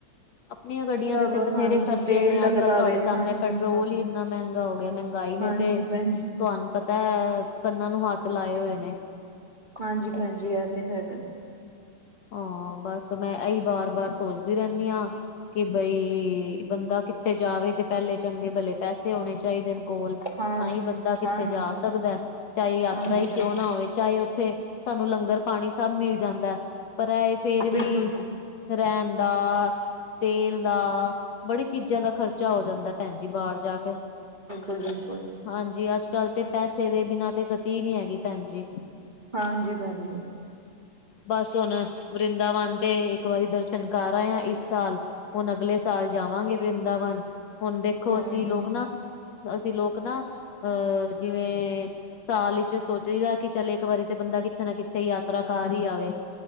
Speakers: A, on the left (about 60°); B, on the right (about 30°).
A: ਆਪਣੀਆਂ ਗੱਡੀਆਂ
B: ਸਭ
A: ਦੇ ਤੇ ਬਥੇਰੇ
B: ਹਾਂਜੀ
A: ਖਰਚੇ
B: ਤੇਲ
A: ਨੇ
B: ਲੱਗਦਾ
A: ਅੱਜ ਕੱਲ੍ਹ ਤੁਹਾਡੇ
B: ਵੇ
A: ਸਾਹਮਣੇ
B: ਹਾਂਜੀ
A: ਪੈਟਰੋਲ
B: ਹਾਂਜੀ
A: ਹੀ, ਕਿੰਨਾ ਮਹਿੰਗਾ ਹੋ ਗਿਆ ਮਹਿੰਗਾਈ ਨੇ
B: ਹਾਂਜੀ
A: ਤੇ
B: ਭੈਣ ਜੀ
A: ਤੁਹਾਨੂੰ ਪਤਾ ਹੈ ਕੰਨਾਂ ਨੂੰ ਹੱਥ ਲਾਏ ਹੋਏ ਨੇ,
B: ਹਾਂਜੀ, ਭੈਣਜੀ ਇਹ ਤੇ ਹੈਗਾ।
A: ਹਾਂ, ਬਸ ਮੈਂ ਇਹੀ ਬਾਰ ਬਾਰ ਸੋਚਦੀ ਰਹਿੰਦੀ ਹਾਂ ਕਿ ਬਈ, ਕੀ ਬੰਦਾ ਕਿੱਥੇ ਜਾਵੇ ਤੇ ਪਹਿਲੇ ਚੰਗੇ ਭਲੇ ਪੈਸੇ ਹੋਣੇ ਚਾਹੀਦੇ ਨੇ, ਕੋਲ ਤਾਂ
B: ਹਾਂ
A: ਹੀ ਬੰਦਾ ਕਿੱਤੇ
B: ਹਾਂ
A: ਜਾ ਸਕਦਾ। ਚਾਹੇ ਯਾਤਰਾ
B: ਹਾਂਜੀ
A: ਹੀ
B: ਭੈਣ
A: ਕਿਉਂ ਨਾ ਹੋਵੇ ਚਾਹੇ ਉੱਥੇ ਸਾਨੂੰ ਲੰਗਰ ਪਾਣੀ ਸਭ ਮਿਲ ਜਾਂਦਾ। ਪਰ ਇਹ ਫੇਰ ਵੀ
B: ਬਿਲਕੁਲ
A: ਰਹਿਣ ਦਾ ਤੇਲ ਦਾ, ਬੜੀ ਚੀਜ਼ਾਂ ਦਾ ਖ਼ਰਚਾ ਹੋ ਜਾਂਦਾ ਭੈਣ ਜੀ ਬਾਹਰ ਜਾ ਕੇ,
B: ਬ ਬਿਲਕੁਲ,
A: ਹਾਂਜੀ, ਅੱਜ ਕੱਲ੍ਹ ਤੇ ਪੈਸੇ ਦੇ ਬਿਨਾਂ ਤੇ ਗਤੀ ਨਹੀਂ ਹੈਗੀ ਭੈਣ ਜੀ,
B: ਹਾਂਜੀ, ਭੈਣਜੀ,
A: ਬਸ ਹੁਣ ਵਰਿੰਦਾਵਨ ਤੇ ਇੱਕ ਵਾਰੀ ਦਰਸ਼ਨ, ਕਰਆਏ ਆ ਇਸ ਸਾਲ ਹੁਣ ਅਗਲੇ ਸਾਲ ਜਾਵਾਂਗੇ ਵ੍ਰਿੰਦਾਵਨ, ਹੁਣ ਦੇਖੋ
B: ਹਮ
A: ਅਸੀਂ ਲੋਕ ਨਾ ਸ ਅਸੀਂ ਲੋਕ ਨਾ ਅਹ ਜਿਵੇਂ ਸਾਲ ਵਿਚ ਸੋਚੀ ਦਾ ਕਿ ਚੱਲ ਇੱਕ ਵਾਰੀ ਤੇ ਬੰਦਾ ਕਿੱਤੇ ਨਾ ਕਿੱਤੇ ਯਾਤਰਾ ਕਰ ਹੀ ਆਵੇ,